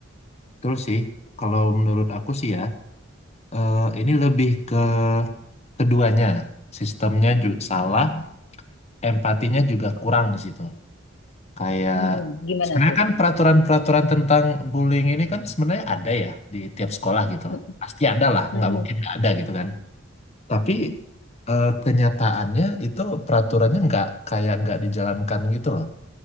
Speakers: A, on the left (about 35°); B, on the left (about 70°).
A: terus sih kalau menurut aku sih ya eh, ini lebih ke Keduanya, sistemnya juga salah, empatinya juga kurang di situ. Kayak
B: mm Gimana
A: sebenarnya
B: tuh?
A: kan peraturan-peraturan tentang bullying ini kan sebenarnya ada ya di tiap sekolah gitu
B: Mm-mm.
A: loh. Pasti ada lah,
B: Mm-mm.
A: nggak mungkin nggak ada gitu kan. Tapi eh, kenyataannya itu peraturannya nggak kayak nggak dijalankan gitu loh.